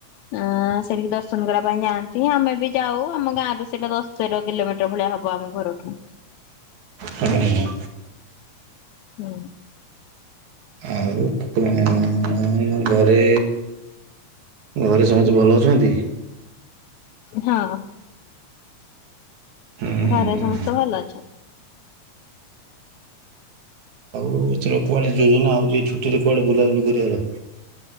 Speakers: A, on the left; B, on the right.
A: ଆଁ ସେଠି ଦର୍ଶନ କରିବା ପାଇଁ ଯାଆନ୍ତି ଆମେ ବି ଯାଉ ଆମ ଗାଁ ର ସେଇଟା ଦଶ୍ ତେର କିଲୋମିଟର ଭଳିଆ ହବ ଆମ ଘରଠୁ।
B: ହୁଁ ହୁଁ।
A: ହୁଁ।
B: ଆଉ କଁ ଅଁ ଘରେ ଘରେ ସମସ୍ତେ ଭଲ ଅଛନ୍ତି?
A: ହଁ।
B: ହୁଁ
A: ଘରେ ସମସ୍ତେ ଭଲ ଅଛନ୍ତି।
B: କୋଉଥୁଲ କୁଆଡ଼େ ଯୋଜନା ହୋଉଚି ଛୁଟିରେ କୁଆଡ଼େ ବୁଲାବୁଲି କରିବାର।